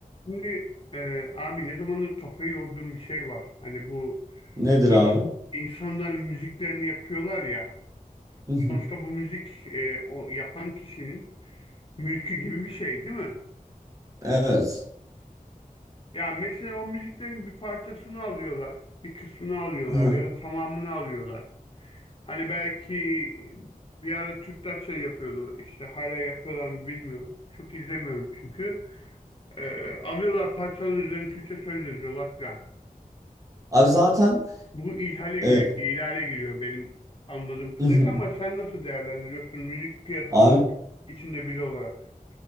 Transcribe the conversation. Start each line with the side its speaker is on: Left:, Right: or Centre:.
Left: Şimdi e, abi ne zamandır kafayı yorduğum bir şey var. Hani bu
Right: Nedir
Left: ins-
Right: abi?
Left: insanlar müziklerini yapıyorlar ya.
Right: Mhm.
Left: Sonuçta bu müzik e, o yapan kişinin mülkü gibi bir şey değil mi?
Right: Evet.
Left: Ya mesela o müziklerin bir parçasını alıyorlar. Bir kısmını alıyorlar
Right: Mhm.
Left: ya da tamamını alıyorlar. Hani belki bir ara Türkler şey yapıyordu. işte hala yapıyorlar mı bilmiyorum. Çok izlemiyorum çünkü. E, alıyorlar parçaların üzerine Türkçe söz yazıyorlar falan.
Right: Abi zaten
Left: Bu ihale, gir-
Right: e,
Left: ihlale giriyor benim anladığım kadarıyla
Right: mhm.
Left: ama sen nasıl değerlendiriyorsun müzik piyasasının
Right: abi
Left: içinde biri olarak?